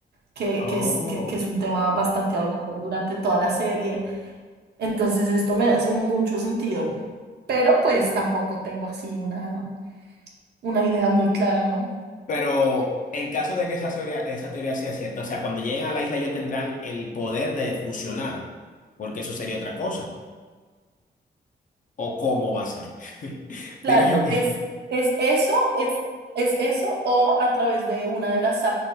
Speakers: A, on the right; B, on the left.
A: que,
B: oh.
A: que es, que, que es un tema bastante hablado durante toda la serie. Entonces, esto me hace mucho sentido, pero pues tampoco tengo así una, una idea muy clara, ¿no?
B: Pero en caso de que esa teoría, esa teoría sea cierta, o sea, cuando lleguen a la isla ellos tendrán el poder de fusionar, porque eso sería otra cosa. ¿O cómo va a ser? <laughs>
A: Claro,
B: Digo yo que...
A: es, es eso, es, es eso o a través de una de las